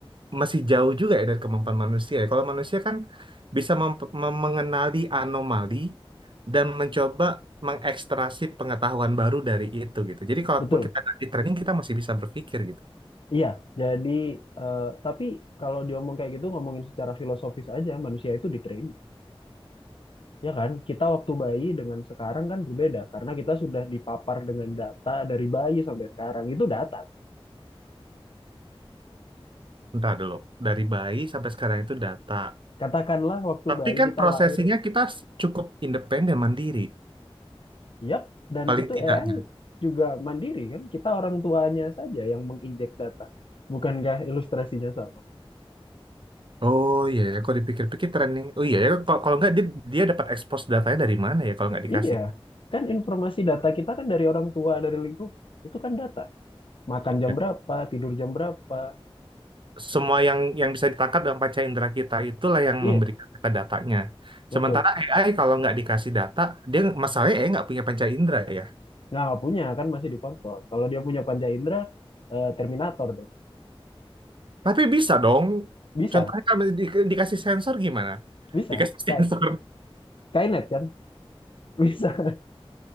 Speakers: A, on the right; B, on the left.
A: masih jauh juga ya dari kemampuan manusia. ya. Kalau manusia kan bisa mem- mem- mengenali anomali dan mencoba mengekstrasi pengetahuan baru dari itu gitu. Jadi kalaupun
B: Betul.
A: kita di training kita masih bisa berpikir gitu.
B: Iya. Jadi, eh, tapi kalau diomong kayak gitu, ngomongin secara filosofis aja, manusia itu di training. Ya kan, kita waktu bayi dengan sekarang kan berbeda karena kita sudah dipapar dengan data dari bayi sampai sekarang itu data. kan?
A: Entah dulu, dari bayi sampai sekarang itu data.
B: Katakanlah waktu
A: Tapi
B: bayi
A: kan
B: kita
A: prosesinya
B: lahir,
A: kita s- cukup independen, mandiri.
B: yap, dan
A: Paling
B: itu
A: tidaknya.
B: AI juga mandiri kan? Kita orang tuanya saja yang menginjek data. Bukankah ilustrasinya sama?
A: Oh iya, ya, kalau dipikir-pikir training. Oh iya, ya, kalau, kalau nggak dia, dia dapat expose datanya dari mana ya kalau nggak dikasih.
B: Iya, kan informasi data kita kan dari orang tua, dari lingkungan. Itu kan data. Makan
A: Iya.
B: jam berapa, tidur jam berapa.
A: Semua yang yang bisa ditangkap dalam panca indera kita itulah yang
B: Iya,
A: memberikan kita datanya.
B: betul.
A: Sementara AI kalau nggak dikasih data, dia masalahnya AI nggak punya panca indera ya.
B: Nah, nggak punya kan masih dikontrol. Kalau dia punya panca indera, eh, Terminator dong.
A: Tapi bisa dong.
B: Bisa,
A: Contohnya kalau di- dikasih sensor gimana?
B: bisa.
A: Dikasih
B: Sky,
A: <laughs> sensor.
B: Skynet kan? <laughs> Bisa.